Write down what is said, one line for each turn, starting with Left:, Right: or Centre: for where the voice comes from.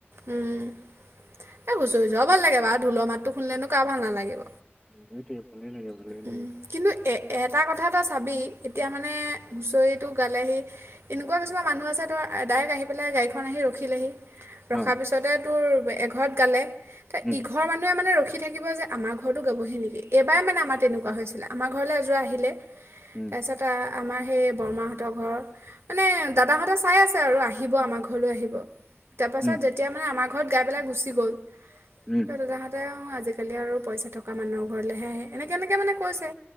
Right: উম। এ হুঁচৰি যোৱা ভাল লাগে বাত ঢোলৰ মাতো শুনেলে কাৰা ভাল নালাগিব?
Centre: সেইটোৱে ভালে লাগে ভালে
Right: উ
Centre: লাগে
Right: কিন্তু এ এটা কথা এটা চাবি এতিয়া মানে হুঁচৰিটো গালেহি এনেকুৱা কিছুমান মানুহ আছে ধৰ ডাইৰেক্ট আহি পেলাই গাড়ীখন আহি ৰখিলেহি। ৰখাৰ
Centre: অ
Right: পিছতে তোৰ ঘৰত গালে ত
Centre: উম
Right: ইঘৰ মানুহে মানে ৰখি ৰখি থাকিব যে আমাৰ ঘৰতো গাবহি নেকি? এইবাৰ মানে আমাৰ তেনেকুৱা হৈছিলা। আমাৰ ঘৰলৈ এযোৰ আহিলে।
Centre: উম
Right: তাৰ পিছত আমাৰ সেই বৰমাহত ৰ ঘৰ মানে দাদাহঁতে চাই আছে আৰু আহি আহিব আমাৰ ঘৰলৈ আহিব। তাৰ পাছত
Centre: উম
Right: যেতিয়া মানে আমাৰ ঘৰত গাই পেলাই গুচি গ'ল।
Centre: উম
Right: আৰু তাহতে অ আজিকালি আৰু পইচা থকা মানুহৰ ঘৰলেহে আহে এনেকে এনেকে মানে কৈছে।